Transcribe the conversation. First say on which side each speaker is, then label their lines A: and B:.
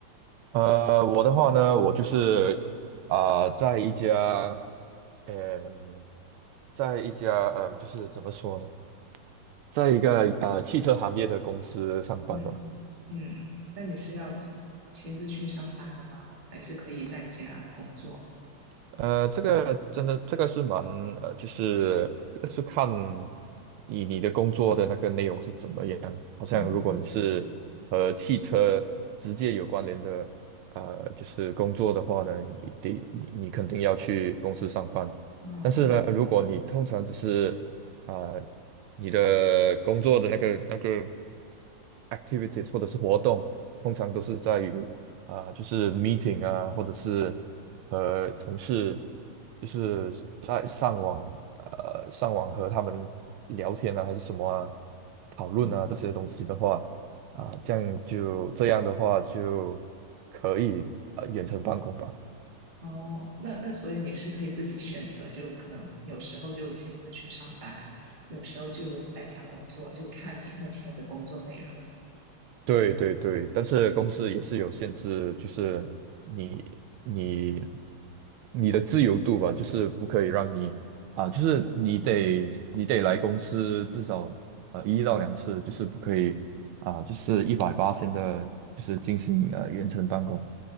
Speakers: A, on the right; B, on the right.
A: 呃，我的话呢，我就是啊、在一家，嗯、在一家，嗯、就是怎么说呢，在一个呃汽车行业的公司上班的。
B: 嗯嗯，那你是要亲亲自去上班的吗？还是可以在家工作？
A: 呃，这个真的，这个是蛮呃，就是这个是看你你的工作的那个内容是怎么样。好像如果你是和汽车直接有关联的，
B: 嗯
A: 呃，就是工作的话呢，你得你你肯定要去公司上班。
B: 嗯
A: 但是呢，如果你通常只是啊、呃你的工作的那个那个。activities 或者是活动，通常都是在于啊、就是 meeting 啊，或者是呃同事，就是在上网，呃，上网和他们聊天啊，还是什么啊，讨论啊这些东西的话，
B: 嗯，
A: 啊、这样就这样的话就可以呃远程办公吧。
B: 哦，那那所以你是可以自己选择，就可能有时候就亲自去上班，有时候就在家工作，就看你那天的工作内容。
A: 对对对，但是公司也是有限制，就是你你你的自由度吧，就是不可以让你啊，就是你得你得来公司至少呃一到两次，就是不可以啊，就是一百八十的，就是进行呃远程办公。